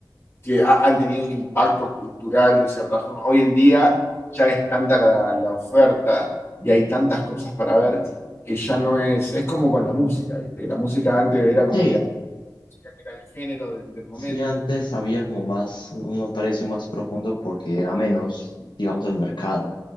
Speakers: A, on the left (about 35°); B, on the left (about 75°).
A: que ha- han tenido un impacto cultural de cierta forma. Hoy en día ya es tanta la, la oferta y hay tantas cosas para ver que ya no es, es como con la música, ¿viste? Que La música antes era como
B: Sí,
A: que era el género del, del momento
B: sí, antes había como más, un precio más profundo porque era menos, digamos, el mercado.